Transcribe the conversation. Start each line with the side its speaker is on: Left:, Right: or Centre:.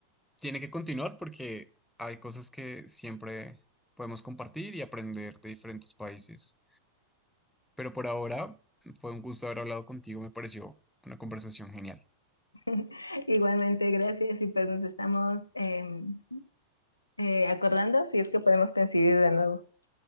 Centre: tiene que continuar porque hay cosas que siempre podemos compartir y aprender de diferentes países. Pero por ahora fue un gusto haber hablado contigo, me pareció una conversación genial.
Left: <laughs> Igualmente, gracias y pues nos estamos em, eh, acordando si es que podemos coincidir de nuevo.